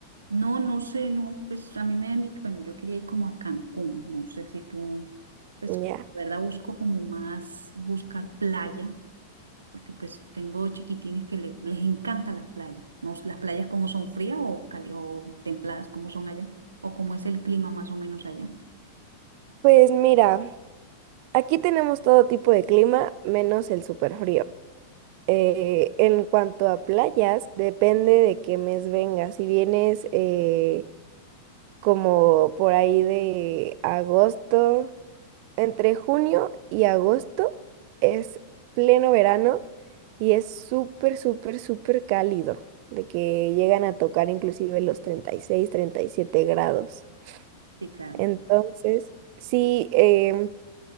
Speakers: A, on the right; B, on the right.
A: No, no sé, no, pues a mí me han dicho, bueno, yo quería ir como a Cancún, no sé si tú, pues,
B: Ya.
A: la verdad busco como más, buscar playa, porque pues tengo chiquitines que le- les encanta las playas. No, las playas como son frías o, cali- o templadas, como son allá, o cómo es el clima más o menos allá.
B: Pues mira, aquí tenemos todo tipo de clima menos el súper frío. Eh, en cuanto a playas, depende de qué mes vengas. Si vienes eh, como por ahí de agosto, entre junio y agosto es pleno verano y es súper, súper, súper cálido, de que llegan a tocar inclusive los treinta treinta y seis treinta y siete grados.
A: Sí, claro.
B: Entonces, sí, em,